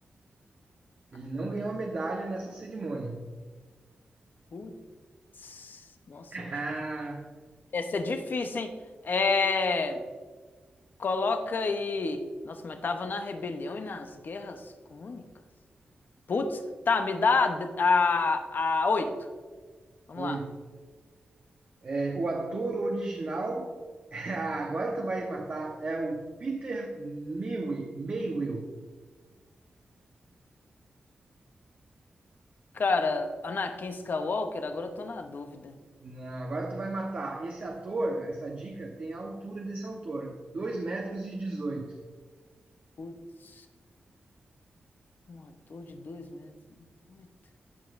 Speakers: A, on the right; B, on the left.
A: Ele
B: Calma
A: não
B: aí.
A: ganhou a medalha nessa cerimônia.
B: Putz, nossa,
A: <laughs>
B: eu acho que... é, Essa é difícil, hein? É... Coloca aí. Nossa, mas tava na rebelião e nas guerras crônicas. Putz, tá, me dá a, a, a 8. Vamos
A: Oi.
B: lá.
A: É, o ator original, <laughs> Ah, agora tu vai matar, é o Peter Mewi- Mayhew.
B: Cara, Anakin Skywalker, agora eu tô na dúvida.
A: Não, agora tu vai matar. Esse ator, essa dica, tem a altura desse autor, 2 metros e dezoito.
B: Putz, um ator de dois meses. Oito.